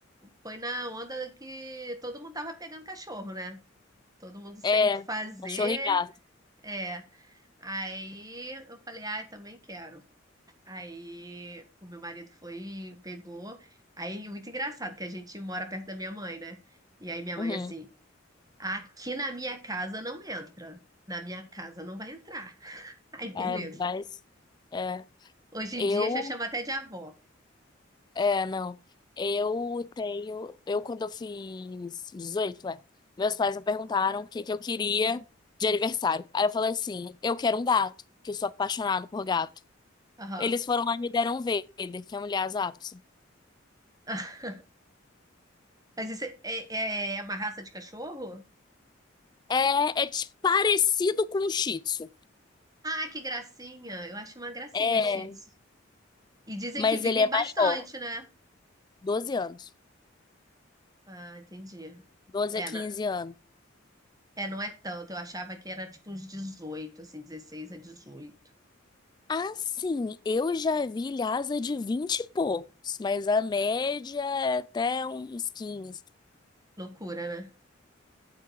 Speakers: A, on the right (about 20°); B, on the left (about 20°).
A: foi na onda que todo mundo tava pegando cachorro, né? Todo mundo sem
B: É,
A: o que fazer.
B: cachorro e gato.
A: É. Aí eu falei, ai, também quero. Aí o meu marido foi, pegou. Aí muito engraçado que a gente mora perto da minha mãe, né? E aí minha mãe
B: Uhum.
A: assim, aqui na minha casa não entra. Na minha casa não vai entrar. <laughs> Aí beleza.
B: É, mas, é,
A: Hoje
B: eu
A: em dia já chama até de avó.
B: É, não. Eu tenho. Eu, quando eu fiz 18 é, meus pais me perguntaram o que que eu queria de aniversário. Aí eu falei assim: eu quero um gato, que eu sou apaixonada por gato.
A: Aham.
B: Eles foram lá e me deram um Vader, que é um Lhasa Apso.
A: <laughs> Mas isso é, é- é uma raça de cachorro?
B: É, é ti- parecido com um Shih Tzu.
A: Ah, que gracinha. Eu acho uma gracinha,
B: É,
A: Shih Tzu. E dizem
B: mas
A: que vivem
B: ele é
A: bastante,
B: maior,
A: né?
B: doze anos.
A: Ah, entendi.
B: doze
A: É,
B: a quinze
A: não,
B: anos.
A: é, não é tanto. Eu achava que era tipo uns dezoito, assim, 16 a 18.
B: Assim, eu já vi Lhasa de 20 e poucos, mas a média é até uns quinze
A: Loucura, né?